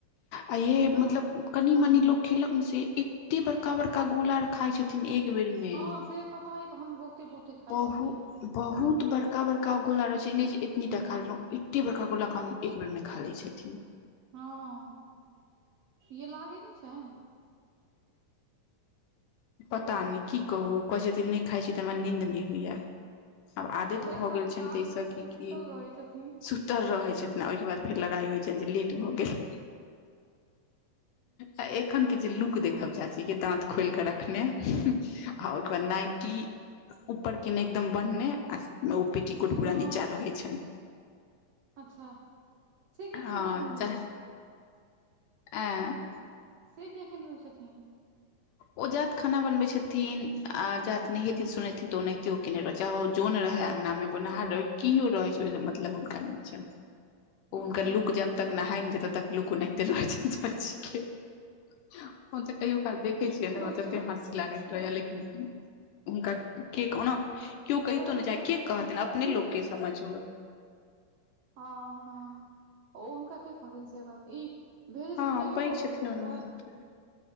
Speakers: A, on the left; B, on the right.
A: आये
B: हँ
A: मतलब कनी -मनी लोग खेलक ने, से एते बड़का- बड़का गोला खाय छैथ थिन एक बेर मे,
B: हँ से पता अइ कखन बहुते बहुते खाइ
A: बहु
B: छथिन
A: बहुत बड़का -बड़का गोला रह से नहि जे एतनी टऽ खा लेलहुँ, एतेटा बड़का गोला कहादन एक बेेरमे खा लै छथिन।
B: हँ, यै लागै नहि छैन?
A: पता‌ नहि कि कहू, कहै छथिन नहि खाइ छी तऽ हमरा निंद नहि होइय। आब आदत
B: आ उएह
A: भऽ
B: खा
A: गेल
B: कऽ तऽ
A: छैन
B: आठ
A: तैसे
B: बजे
A: कि
B: तक
A: किऽ
B: सुतल रहै छथिन
A: सु सुतल रहै छथिन, ओयके बाद फेर लड़ाइ होइ छैन जँ लेट भऽ गेल। आ एखन के जे लुक
B: हूँ
A: देखब चाची केऽ दाँत खोएल कऽ रखने, आ ओहिके बाद नाइटी ऊपर कऽ नहि एकदम बैहने, आ ओ पेटीकोट पूरा
B: नहि
A: नीचाँ रहै छैन।
B: अच्छा! से किया
A: हँ,
B: एखन रहै छथिन यै
A: चाहे ए
B: सेऽ किया केन रहै छथिन।
A: ओ जात खाना बनबे छथिन आ जात नहेथिन सुनेथिन तऽ ओनाहिते उ केने रह चाहे जोन रहे अंगना मे बोनहार रहै कियो रहै छैय ओय स मतलब हुनका नैय हनका
B: अच्छा
A: लुक जब तक नहाय नैय जे तब तक लुको इनैहते रहै छैय चाची के हम त कहियो काल देख देखै छियै न
B: अच्छा
A: तते हँसी लागैत रहैया लेकिन हुनका केक ओना कियो कहितो
B: थोड़े
A: नेै
B: भेज
A: छैन के
B: दै
A: कहतन
B: छियै
A: अपने
B: अथी
A: लोक के समझ ह
B: ह ह। ओ हुनका के कहतैन से बात ई भेजै
A: हँ
B: छैय उ्चैठो
A: पैघ
B: भगवती
A: छथिन
B: बला
A: ओनाहिते।
B: लेबै।